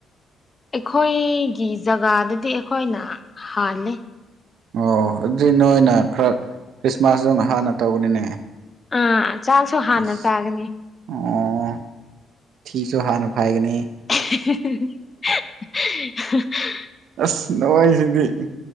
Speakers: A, on the left (about 30°); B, on the right (about 75°).
A: ꯑꯩꯈꯣꯏꯒꯤ ꯖꯒꯥꯗꯗꯤ ꯑꯩꯈꯣꯏꯅ ꯍꯥꯜꯂꯦ
B: ꯑꯣ ꯑꯗꯨꯗꯤ ꯅꯣꯏꯅ ꯈꯔ ꯈ꯭ꯔꯤꯁꯃꯥꯁꯇ ꯍꯥꯟꯅ ꯇꯧꯕꯅꯤꯅꯦ
A: ꯑꯥ ꯆꯥꯛꯁꯨ ꯍꯥꯟꯅ
B: ꯑꯁ
A: ꯆꯥꯒꯅꯤ
B: ꯑꯣ ꯊ ꯤꯁꯨ ꯍꯥꯥꯟꯅ ꯐꯥꯏꯒꯅꯤ
A: <inaudible>
B: ꯑꯁ ꯅꯣꯏꯁꯤꯗꯤ